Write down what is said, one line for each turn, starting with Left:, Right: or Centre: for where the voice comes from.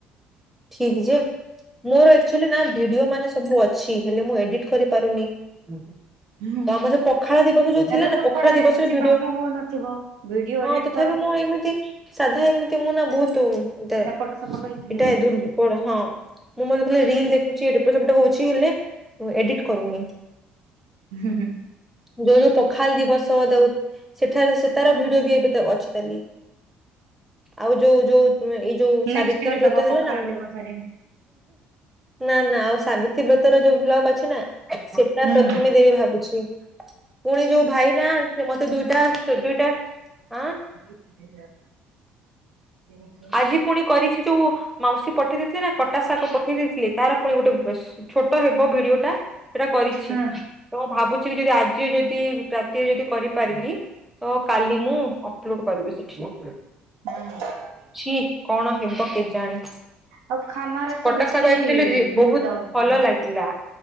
Centre: ଠିକ ଯେ ମୋର ଏକଚୁଲି ନା ଭିଡିଓ ମାନେ ସବୁ ଅଛି ହେଲେ ମୁଁ ଏଡିଟ କରିପାରୁନି। ତ
Right: ହୁଁ
Centre: ଆମର ସେ ପଖାଳ ଦିବସ ଯୋଉ ଥିଲା
Right: ଏବେ
Centre: ନା
Right: ତ
Centre: ପଖାଳ
Right: ଖରାରେ
Centre: ଦିବସରେ
Right: କିଛି
Centre: ଭିଡିଓ
Right: କାମ ହଉନଥିବ ଭିଡିଓ
Centre: ହଁ
Right: ଏଡିଟ
Centre: ତଥାପି
Right: କର।
Centre: ମୁଁ ଏମିତି ସାଧା ଏମିତି ମୁଁ ନା ବୋହୁତ ଦେ
Right: ଏପଟ ସେପଟ ହେଇକି ହେଲେ
Centre: ଏଟା ଦୂର୍ବଳ ହଁ। ମୁଁ ମୋର ଥିଲା ରିଲ୍ ଦେଖୁଛି ଏପଟ ସେପଟ ହଉଛି ହେଲେ ଏଡିଟ କରୁନି।
Right: ହୁଁ ହୁଁ
Centre: ଯୋଉ ଯୋଉ ପଖାଲ ଦିବସ ଦଉ। ସେଠାରେ ସେ ତାର ଭିଡ ବି ଏବେ ଅଛି ତାଲି ଆଉ ଯୋଉ ଯୋଉ ଏଇ ଯୋଉ ସାବିତ୍ରୀ
Right: ନେକ୍ସଟ ଇୟର
Centre: ବ୍ରତ
Right: ଦବ
Centre: ହେଲା
Right: ପଖାଳ
Centre: ନା
Right: ଦିବସରେ।
Centre: ନା ନା ଆଉ ସାବିତ୍ରୀ ବ୍ରତ ର ଯୋଉ ବ୍ଲଗ। ଅଛି ନା ସେଟା
Right: ହୁଁ
Centre: ପ୍ରଥମେ
Right: ହଁ।
Centre: ଦେବି ଭାବୁଛି। ପୁଣି ଯୋଉ ଭାଇ ନା ସେ ମତେ ଦୁଇଟା ଦୁଇଟା ଆଁ।
Right: ଗି ଦେ ନ ଖାଇ।
Centre: ଆଜି ପୁଣି କରିଛି ଯୋଉ ମାଉସୀ ପଠେଇ ଦେଇେଇଥିଲେ ନା କଟା ଶାଗ ପଠେଇ ଦେଇଥିଲଥିଲେ ତାର ପୁଣି ଗୋଟେ। ଛୋଟ ହେବ ଭିଡିଓ ଟା ସେଟା କରିଛି।
Right: ହୁଁ,
Centre: ତ ମୁଁ ଭାବୁଛି କି ଯଦି ଆଜି ଯଦି ରାତିରେ ଯଦି କରିପାରିଲି। ତ କାଲି ମୁଁ ଅପଲୋଡ କରିବି ସେଠ।
Right: ହୁଁ।
Centre: କି କଣ ହେବ କେଜାଣି।
Right: ଆଉ ଖାନାରେ ତ
Centre: କଟକ
Right: ବେଶୀ
Centre: ଶାଗ ଏଥିଲୁ ଯେ
Right: ଭିଉ
Centre: ବହୁତ
Right: ଯାଉଥିବି।
Centre: ଭଲ ଲାଗେ। ହେଲା